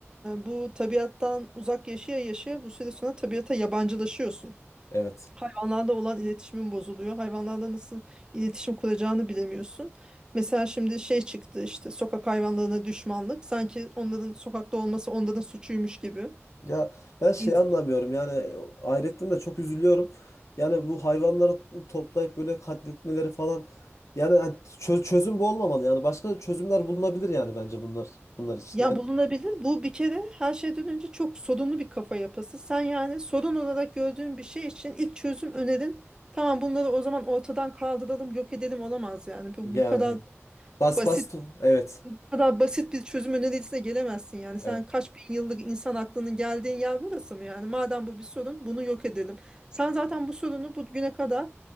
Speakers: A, on the right; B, on the left.
A: bu tabiattan uzak yaşaya yaşaya bu süre sonra tabiata yabancılaşıyorsun.
B: Evet.
A: Hayvanlarla olan iletişimin bozuluyor. Hayvanlarla nasıl iletişim kuracağını bilemiyorsun. Mesela şimdi şey çıktı işte sokak hayvanlarına düşmanlık. Sanki onların sokakta olması onların suçuymuş gibi.
B: Ya ben şey
A: Biz-
B: anlamıyorum yani ayrıca de çok üzülüyorum. Yani bu hayvanları toplayıp böyle katletmeleri falan yani hani çö- çözüm bu olmamalı yani başka çözümler bulunabilir yani bence bunlar bunlar için.
A: Ya
B: Yani
A: bulunabilir. Bu bir kere her şeyden önce çok sorunlu bir kafa yapısı. Sen yani sorun olarak gördüğün bir şey için ilk çözüm önerin. Tamam bunları o zaman ortadan kaldıralım, yok edelim olamaz yani. Bu,
B: yani
A: bu kadar
B: bas
A: basit
B: bas evet
A: kadar basit bir çözüm önerisine gelemezsin yani. Sen
B: evet
A: kaç bin yıllık insan aklının geldiğin yer burası mı yani? Madem bu bir sorun, bunu yok edelim. Sen zaten bu sorunu bugüne kadar